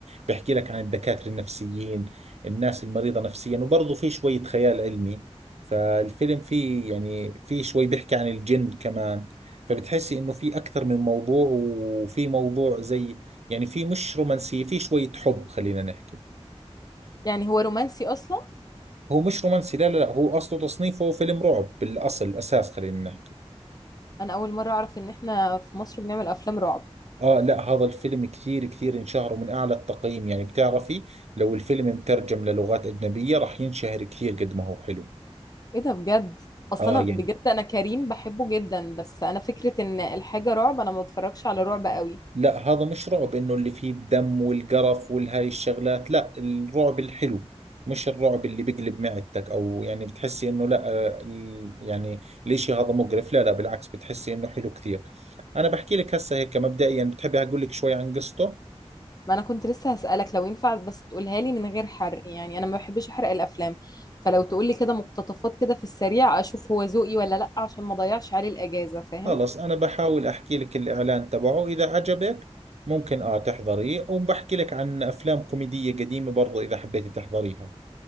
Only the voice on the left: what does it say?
يعني هو رومانسي اصلا
انا اول مرة اعرف ان احنا في مصر بنعمل افلام رعب
ايه ده بجد اصلا
انا بجد انا كريم بحبه جدا بس انا فكرة ان الحاجة رعب انا ما بتفرجش على رعب قوي
ما انا كنت لسه هسألك لو ينفع بس تقولها لي من غير حرق يعني انا ما بحبش احرق الافلام فلو تقول لي كده مقتطفات كده في السريع اشوف هو ذوقي ولا لا عشان ما اضيعش عليه الاجازة فاهم